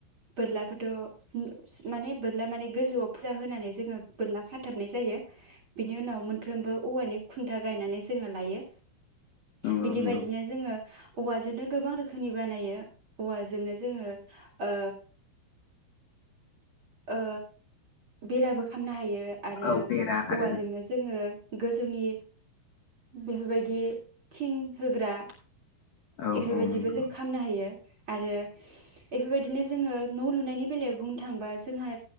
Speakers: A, on the right (about 50°); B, on the left (about 70°).
A: बोरलाखोथ' ओ माने बो ला माने गोजौ फुजा होनानै जोङो बोरला खाथाबनाय जायो बिनि उनाव मोनफ्रोमबो औवानि खुन्था गायनानै जोङो लायो
B: नंगौ
A: बिदि
B: नंगौ
A: बायदिनो जोङो औवाजोंनो गोबां रोखोमनि बानायो औवाजोंनो जोङो ओ ओ बेराबो खामनो हायो आरो
B: औ बेरा आरो
A: औवाजोंनो जोङो गोजौनि बेफोरबायदि थिं होग्रा
B: औ
A: बेफोरबायदिबो
B: औ नंगौ
A: जों खालामनो हायो आरो बेफोरबायदिनो जोङो न' लुनायनि बेलायाव बुंनो थांबा जोंहा